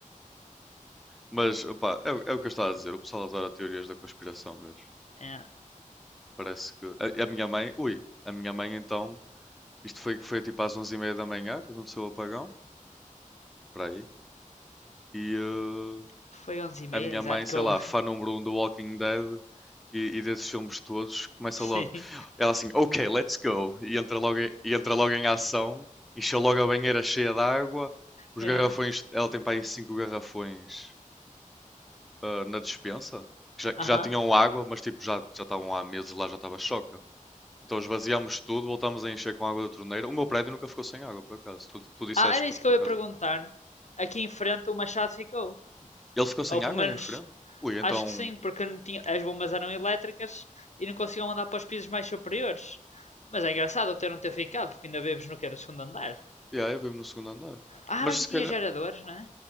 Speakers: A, in the centre; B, on the left (about 60°).
A: Mas, opá, é, o- é o que eu estava a dizer. O pessoal adora teorias da conspiração mesmo.
B: É.
A: Parece que... A, a minha mãe... Ui, a minha mãe então... Isto foi, foi tipo às onze e meia da manhã que aconteceu o apagão. Para aí. E, eh,
B: Foi onze e meia,
A: a minha
B: exato,
A: mãe, sei
B: que eu...
A: lá,
B: <laughs>
A: fã número um do Walking Dead e, e desses filmes todos, começa
B: Sim.
A: logo. Ela assim, ok, let's go. E entra logo, e entra logo em ação, encheu logo a banheira cheia de água, os
B: É.
A: garrafões, ela tem para aí cinco garrafões ah, na despensa, que já, que
B: Aham.
A: já tinham
B: Uhum.
A: água, mas tipo, já, já estavam há meses lá, já estava choca. Então esvaziamos tudo, voltamos a encher com água da torneira. O meu prédio nunca ficou sem água, por acaso. Tu, tu disseste
B: Ah, era
A: que
B: isso
A: a
B: que
A: tua
B: eu ia
A: casa.
B: perguntar. Aqui em frente o Machado ficou.
A: Ele ficou sem
B: Ou pelo
A: água
B: menos,
A: aí em frente? Ui, então.
B: acho que sim, porque não tinha... as bombas eram elétricas e não conseguiam andar para os pisos mais superiores. Mas é engraçado até não ter ficado, porque ainda vives no que era o segundo andar.
A: E yeah, aí, eu vivo no segundo andar.
B: Ah,
A: Mas
B: mas
A: se
B: já tinha
A: calhar.
B: geradores, não é?